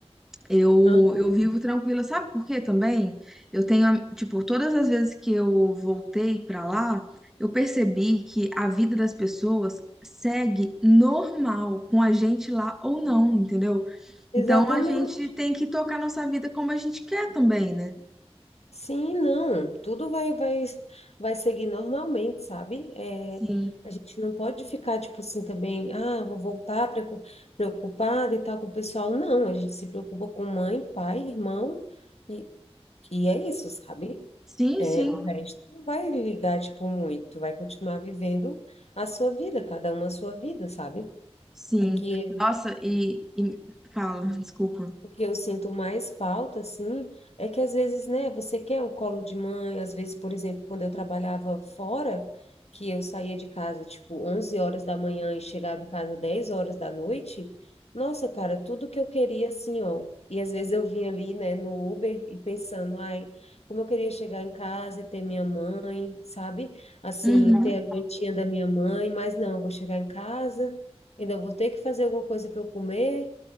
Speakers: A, in the centre; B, on the left.
A: Eu,
B: Ah,
A: eu vivo tranquila, sabe por quê também? Eu tenho, tipo, todas as vezes que eu voltei pra lá, eu percebi que a vida das pessoas segue normal com a gente lá ou não, entendeu?
B: Exatamente.
A: Então a gente tem que tocar nossa vida como a gente quer também, né?
B: Sim, não, tudo vai, vai, vai seguir normalmente, sabe? É,
A: Sim,
B: a gente não pode ficar, tipo assim, também, ah, vou voltar preocu- preocupada e tal com o pessoal. Não, a gente se preocupa com mãe, pai, irmão, e, e é isso, sabe?
A: sim,
B: É,
A: sim,
B: o resto não vai ligar, tipo, muito, vai continuar vivendo a sua vida, cada um a sua vida, sabe?
A: sim.
B: O que
A: Nossa, e, e- fala, desculpa.
B: O que eu sinto mais falta, assim, é que às vezes, né, você quer o colo de mãe, às vezes, por exemplo, quando eu trabalhava fora, que eu saía de casa, tipo, 11 horas da manhã e chegava em casa dez horas da noite, nossa, cara, tudo que eu queria, assim, ó, e às vezes eu vinha ali, né, no Uber e pensando, ai, como eu queria chegar em casa e ter minha mãe, sabe? Assim,
A: Uhum,
B: ter a jantinha da minha mãe, mas não, eu vou chegar em casa, ainda vou ter que fazer alguma coisa para eu comer,